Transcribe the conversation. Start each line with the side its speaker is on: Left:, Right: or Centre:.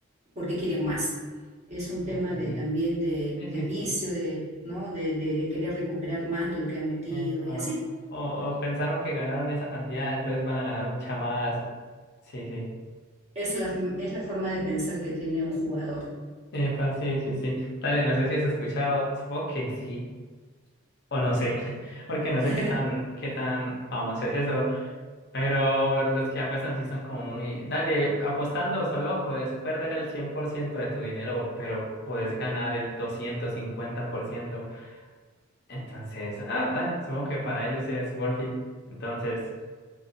Right: porque quieren más. Es un tema
Left: ok.
Right: de, también de,
Left: Sí,
Right: de
Left: sí,
Right: vicio,
Left: sí.
Right: de, ¿no? de, de- de querer recuperar más de lo que han metido
Left: Epa.
Right: y así.
Left: O, o pensaron que ganaron esa cantidad, entonces van a ganar mucha más. Sí, sí.
Right: Es la, es la forma de pensar que tiene un jugador.
Left: Epa, sí, sí, sí. Dale, no sé si has escuchado, supongo que sí, o no sé, <laughs> porque no
Right: <laughs>
Left: sé qué tan, qué tan famoso es eso Pero los que apuestan sí son como muy... Dale, apostando solo puedes perder el 100% de tu dinero, pero puedes ganar el doscientos cincuenta por ciento Entonces, ah, dale, supongo que para ellos es worth it. Entonces,